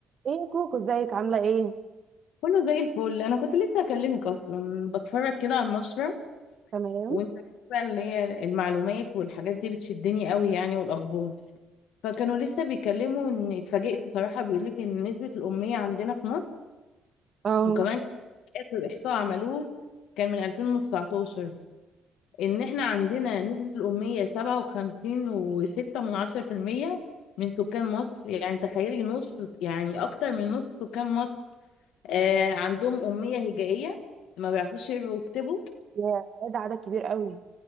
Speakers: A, on the right; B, on the left.
A: ايه يا كوكو ازيك عامله ايه
B: كله زي الفل انا كنت لسه اكلمك اصلا بتفرج كده على النشره
A: تمام
B: وانت عارفة بقى اللي هي المعلومات والحاجات دي بتشدني قوي يعني والاخبار فكانوا لسه بيكلموا ان اتفاجئت صراحه بيقول لك ان نسبه الاميه عندنا في مصر
A: اه
B: وكمان اخر احصاء عملوه كان من 2019 ان احنا عندنا نسبة الأمية سبعة وخمسين وستة من عشرة في المية من سكان مصر يعني تخيلي نص يعني أكتر من نص سكان مصر آه عندهم أمية هجائية ما بيعرفوش يقروا ويكتبوا
A: يا ده عدد كبير قوي